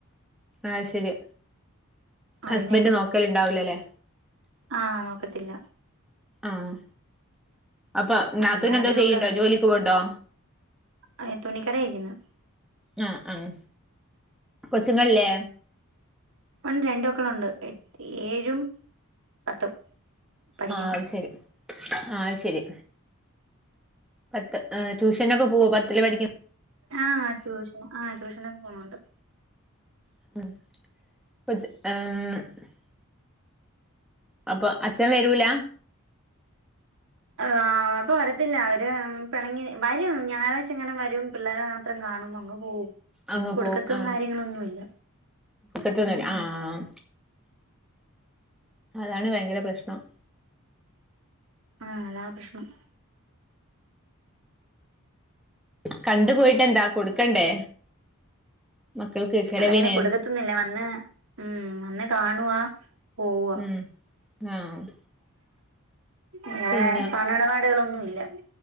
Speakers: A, in the centre; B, on the right.
A: ആഹ് ശരി.
B: അതിന്
A: ഹസ്ബന്റ് നോക്കല്ണ്ടാവൂല ലേ?
B: ആഹ് നോക്കത്തില്ല.
A: ആഹ്. അപ്പൊ
B: അങ്ങനെ
A: നാത്തുന്
B: അവരിവിടെ
A: എന്തോ ചെയ്യ്ണ്ടോ ജോലിക്ക് പോവ്ണ്ടോ?
B: അയെ തുണിക്കടയി നിക്കുന്ന്.
A: ആഹ് ആഹ്. കൊച്ചുങ്ങളില്ലേ?
B: ഉണ്ട് രണ്ട് മക്കളുണ്ട്. ഏഴും പത്തും പഠിക്കുന്നു
A: ആഹ് അത് ശരി. ആഹ് അയി ശെരി. പത്ത് ഏഹ് ട്യൂഷനൊക്കെ പോവോ പത്തില് പഠിക്ക്
B: ആഹ് ട്യൂഷൻ ആ ട്യൂഷനൊക്കെ പോണ് ണ്ട്
A: <unintelligible> അപ്പൊ അച്ഛൻ വരൂല.
B: ആഹ് അപ്പൊ വരത്തില്ല അവര് പിണങ്ങി വരും ഞായറാഴ്ച ഇങ്ങനെ വരും പിള്ളേരെ മാത്രം കാണും അങ്ങ് പോവും. ഒന്നും
A: അങ്ങ്
B: കൊടുക്കത്തും
A: പോവും ആഹ്
B: കാര്യങ്ങളൊന്നുംല്ല
A: ഒക്കത്തൊന്നുല്ല
B: ഉം ഉം
A: ആഹ് അതാണ് ഭയങ്കര പ്രശ്നം.
B: ആഹ് അതാ പ്രശ്നം.
A: കണ്ടു പോയിട്ടന്താ കൊടുക്കണ്ടേ? മക്കൾക്ക് ചെലവിന്
B: അതങ്ങനെ കൊടുക്കത്തുന്നില്ല വന്ന് ഉം വന്ന് കാണുവാ പോവുവാ
A: ഉം ആഹ്
B: വെറെ
A: പിന്നെ
B: പണം ഇടപാടുകളൊന്നുംല്ല.